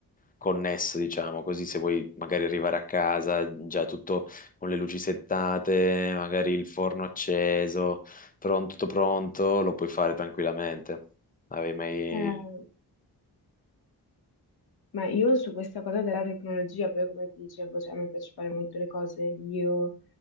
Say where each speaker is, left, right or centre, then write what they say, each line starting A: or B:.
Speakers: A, on the left; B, on the left.
A: connesso, diciamo, così se vuoi magari arrivare a casa già tutto con le luci settate, magari il forno acceso, pronto, tutto pronto, lo puoi fare tranquillamente. Avevi mai...
B: Eh, Ma io su questa cosa della tecnologia, poi come ti dicevo, cioè, a me piace fare molto le cose io,